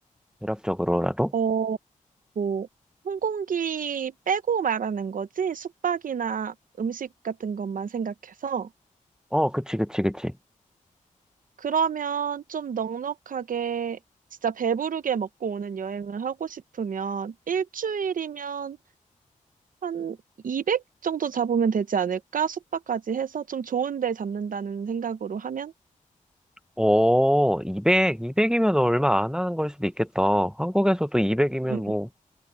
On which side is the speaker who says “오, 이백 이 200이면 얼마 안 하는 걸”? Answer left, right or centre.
Centre